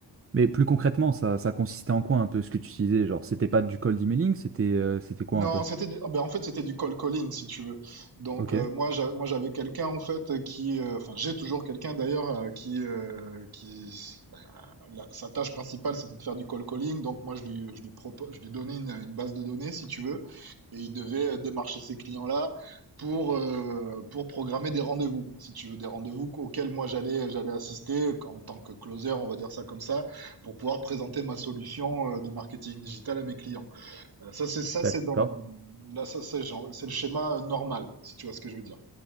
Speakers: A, on the right; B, on the right.
A: Mais plus concrètement, ça, ça consistait en quoi un peu ce que tu utilisais? Genre, c'était pas du cold emailing, c'était euh, c'était quoi
B: Non,
A: un peu?
B: c'était du- ah, ben, en fait c'était du cold calling si tu veux. Donc
A: Ok,
B: euh, moi j'a- moi j'avais quelqu'un en fait qui euh, enfin j'ai toujours quelqu'un d'ailleurs euh, qui euh, qui euh, la- sa tâche principale c'était de faire du cold calling. Donc moi je lui je lui propo- je lui donnais une, une base de données si tu veux et il devait euh, démarcher ces clients-là pour euh, pour programmer des rendez-vous si tu veux des rendez-vous auxquels moi j'allais j'allais assister en tant que closer, on va dire ça comme ça, pour pouvoir présenter ma solution euh, de marketing digital à mes clients. Euh, Ça, c'est ça,
A: d'accord,
B: c'est dans le... Là, ça, c'est genre- c'est le schéma euh, normal, si tu vois ce que je veux dire.